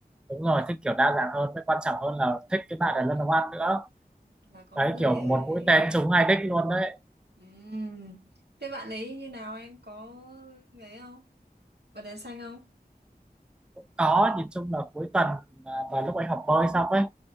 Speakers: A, in the centre; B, on the right (about 85°).
A: đúng rồi thích kiểu đa dạng hơn cái quan trọng hơn là thích cái bạn ở lên
B: à,
A: nấu ăn nữa
B: là có
A: đấy
B: người
A: kiểu
B: ở
A: một
B: đấy
A: mũi tên trúng hai đích luôn đấy
B: Ừm, thế bạn ấy như nào anh có người ấy không bật đèn xanh không
A: có nhìn chung là cuối tuần à, và lúc anh học bơi xong ấy